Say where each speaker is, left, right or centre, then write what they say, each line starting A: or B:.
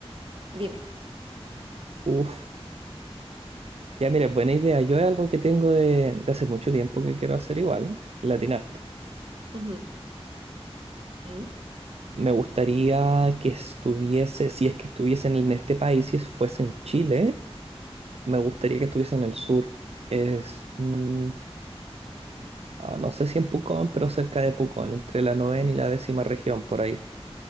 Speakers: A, on the right (about 55°); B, on the right (about 70°).
A: Dime.
B: Uf. Ya, mira, buena idea. Yo es algo que tengo de, de hace mucho tiempo que quiero hacer igual. Latinaste.
A: Ujú. Ujú.
B: me gustaría que estuviese, si es que estuviesen en este país, si es- fuese en Chile, me gustaría que estuviese en el sur. Es, mm, ah, no sé si en Pucón, pero cerca de Pucón, entre la novena y la décima región, por ahí.